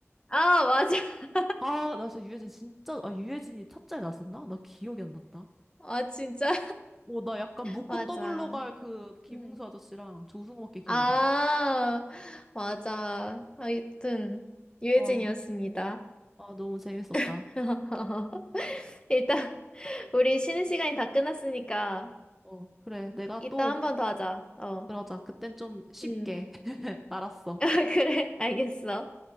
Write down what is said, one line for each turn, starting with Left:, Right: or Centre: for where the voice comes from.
Left: 아, 맞아. <laughs>
Centre: 아, 나 진짜 유해진 진짜 아, 유해진이 타짜에 나왔었나? 나 기억이 안 났다.
Left: 아, 진짜?
Centre: 오 나 약간 묻고
Left: <laughs> 맞아.
Centre: 떠블로 갈 그 김웅수
Left: 응.
Centre: 아저씨랑 조승우밖에 기억이
Left: 아,
Centre: 안 나.
Left: 맞아. 하여튼, 유해진이었습니다.
Centre: 어. 아, 너무 재밌었다.
Left: <laughs> 일단 우리 쉬는 시간이 다 끝났으니까
Centre: 어, 그래. 내가
Left: 이따
Centre: 또
Left: 한번 더 하자. 어.
Centre: 그러자. 그땐 좀 쉽게.
Left: 음.
Centre: <laughs> 알았어.
Left: <laughs> 그래, 알겠어.